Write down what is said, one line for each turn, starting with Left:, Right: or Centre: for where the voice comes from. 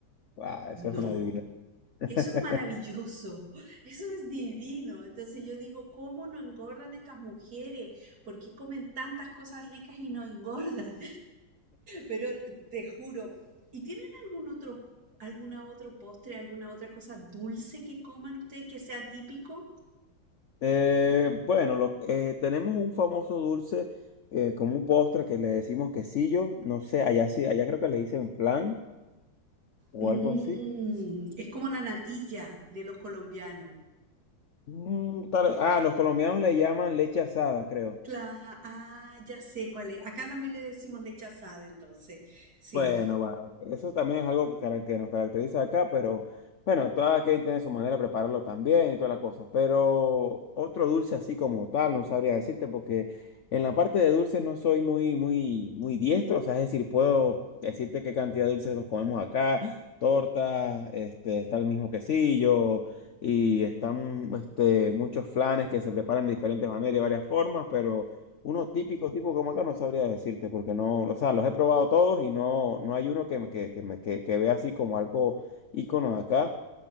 Left: Ah, eso
Right: No,
Left: es una divina. <laughs>
Right: eso es maravilloso, <laughs> eso es divino. Entonces yo digo, ¿cómo no engordan estas mujeres? ¿Por qué comen tantas cosas ricas y no engordan? Pero te juro, ¿y tienen algún otro, alguna otro postre, alguna otra cosa dulce que coman ustedes que sea típico?
Left: Eh, bueno, lo- eh, tenemos un famoso dulce eh, como un postre que le decimos quesillo. No sé, allá sí, allá creo que le dicen flan o
Right: Mm,
Left: algo así.
Right: es como la natilla de los colombianos.
Left: Mm, tal- ah, los colombianos le llaman leche asada, creo.
Right: Cla- ah, ya sé cuál es. Acá también le decimos leche asada, entonces. Sí,
Left: Bueno, va. Eso también es algo que, cara- que nos caracteriza acá, pero bueno, cada quien tiene su manera de prepararlo también y toda la cosa. Pero otro dulce así como tal, no sabría decirte, porque en la parte de dulces no soy muy, muy, muy diestro. O sea, es decir, puedo decirte qué cantidad de dulces nos comemos acá, torta, este, está el mismo quesillo. Y están este, muchos flanes que se preparan de diferentes maneras y varias formas, pero Uno típico, tipo como acá, no sabría decirte, porque no, o sea, los he probado todos y no, no hay uno que, me- que, que, me- que, que vea así como algo ícono de acá.